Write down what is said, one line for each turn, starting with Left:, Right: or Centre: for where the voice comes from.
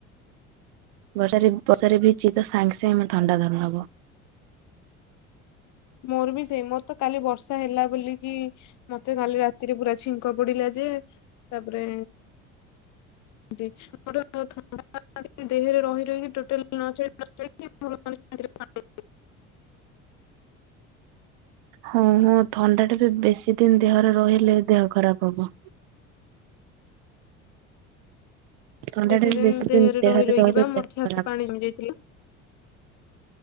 Right: ବର୍ଷାରେ ବର୍ଷାରେ ଭିଜି ତ ସାଙ୍ଗେ ସାଙ୍ଗେ ମତେ ଥଣ୍ଡା ଧରି ନବ
Left: ମୋର ବି ସେଇ ମୋର ତ କାଲି ବର୍ଷା ହେଲା ବୋଲିକି ମତେ କାଲି ରାତିରେ ପୁରା ଛିଙ୍କ ପଡିଲା ଯେ ତାପରେ ଦି <unintelligible> ଥଣ୍ତା <unintelligible> ଦେହରେ ରହି ରହିକି ଟୋଟାଲି ନ <unintelligible>
Right: ହଁ ହଁ ଥଣ୍ଡା ଟା ବି ବେଶୀ ଦିନ ଦେହରେ ରହିଲେ ଦେହ ଖରାପ ହବ। ଥଣ୍ଡାଟା
Left: ବେଶୀ
Right: ବି
Left: ଦିନ ଦେହରେ ରହି ରହିକି
Right: ରହିଲେ
Left: ବା
Right: ଦେହ
Left: ମୋର ଛାତି
Right: ଖରାପ
Left: ପାଣି ଜମି ଯାଇଥିଲା।